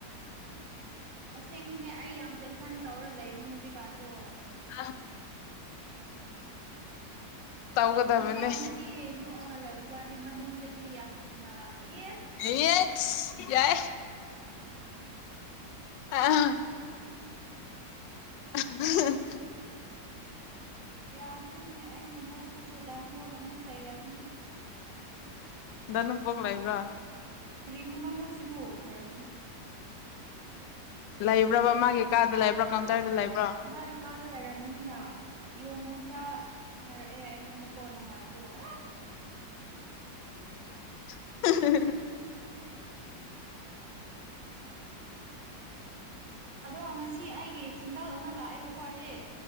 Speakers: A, on the right; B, on the left.
A: ꯑꯁꯦꯡꯕꯅꯦ ꯑꯩ ꯌꯥꯝ ꯇꯦꯟꯁꯟ ꯇꯧꯔ ꯂꯩꯕꯅꯤ ꯍꯧꯖꯤꯛꯀꯥꯟꯗꯣ
B: <unintelligible> ꯇꯧꯒꯗꯕꯅꯦ
A: ꯃꯄꯥꯟꯗꯗꯤ ꯅꯣꯛꯑꯒ ꯂꯩꯕ ꯋꯥꯅꯤ ꯃꯅꯨꯡꯗꯗꯤ ꯌꯥꯝꯅ ꯏ
B: ꯌꯦꯠꯁ ꯌꯥꯏ ꯑꯥ <unintelligible>
A: ꯌꯥꯗ꯭ꯔꯦꯅꯦ ꯑꯩꯅ ꯅꯣꯛꯕꯁꯦ ꯗꯥ ꯅꯣꯡꯄꯣꯛꯅ ꯑꯃꯨꯛ ꯆꯩꯔꯛꯅꯤ
B: ꯎ ꯗꯥ ꯅꯣꯡꯄꯣꯛ ꯂꯩꯕ꯭ꯔꯥ
A: ꯀꯔꯤ ꯈꯨꯅꯣꯛꯅꯣꯁꯤꯕꯣ ꯍꯥꯏꯔꯒꯅꯤ
B: ꯂꯩꯕ꯭ꯔꯕꯕꯥ ꯃꯥꯒꯤ ꯀꯥꯗ ꯂꯩꯕ꯭ꯔꯣ ꯀꯥꯎꯟꯇꯔꯗ ꯂꯩꯕ꯭ꯔꯣ
A: ꯃꯥꯒꯤ ꯀꯥꯗ ꯂꯩꯥꯏꯔꯝꯒꯅꯤꯅ ꯌꯣꯡ ꯃꯆꯥ ꯍꯥꯏꯔꯛꯑꯦ ꯑꯩꯉꯣꯟꯗꯀꯣ ꯅꯍꯥꯟꯁꯨ ꯑꯁ
B: <unintelligible>
A: ꯑꯥꯗꯣ ꯉꯁꯤ ꯑꯩꯒꯤ ꯁꯦꯟꯗꯜ ꯑꯃ ꯂꯥꯛꯑꯦꯕꯀꯣ ꯁꯤ